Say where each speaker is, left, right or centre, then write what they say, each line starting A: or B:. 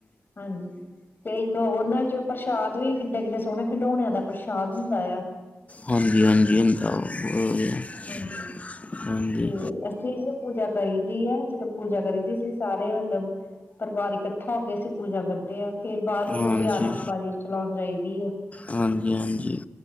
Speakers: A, on the left; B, on the left.
A: ਹਾਂਜੀ ਤੇ ਇੱਕ ਉਹਨਾ ਚ ਪ੍ਰਸ਼ਾਦ ਵੀ ਕਿੱਡੇ-ਕਿੱਡੇ ਸੋਹਣੇ ਖਿਡੌਣਿਆਂ ਦਾ ਪ੍ਰਸ਼ਾਦ ਹੁੰਦਾ ਆ
B: ਹਾਂਜੀ ਹਾਂਜੀ ਹੁੰਦਾ <unintelligible>
A: ਹਾਂਜੀ
B: ਹਾਂਜੀ
A: ਤੇ ਜੀ <unintelligible> ਪੂਜਾ ਕਰੀ ਦੀ ਐ ਜਦੋਂ ਪੂਜਾ ਕਰੀਦੀ ਸੀ ਸਾਰੇ ਮਤਲਬ ਪਰਿਵਾਰ ਇਕੱਠਾ ਹੋ ਕੇ ਅਸੀਂ ਪੂਜਾ ਕਰਦੇ ਆਂ ਫੇਰ ਬਾਅਦ ਵਿੱਚ
B: ਹਾਂਜੀ
A: ਅਸੀਂ ਆਤਿਸ਼ਬਾਜ਼ੀ ਚਲਾਉਣ ਜਾਈਦੀ ਆ
B: ਹਾਂਜੀ ਹਾਂਜੀ